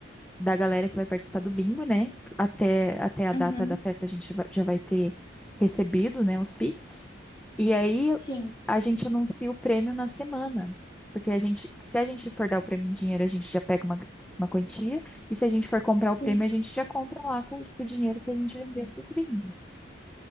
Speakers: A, in the centre; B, on the left.
A: da galera que vai participar do bingo, né? Até, até a data
B: Uhum.
A: da festa a gente vai- já vai ter recebido, né, os Pix. E aí
B: Sim,
A: a gente anuncia o prêmio na semana. Porque a gente, se a gente for dar o prêmio em dinheiro, a gente já pega uma, uma quantia. E se a gente for comprar
B: sim.
A: o prêmio, a gente já compra lá com, o dinheiro que a gente vendeu para os bingos.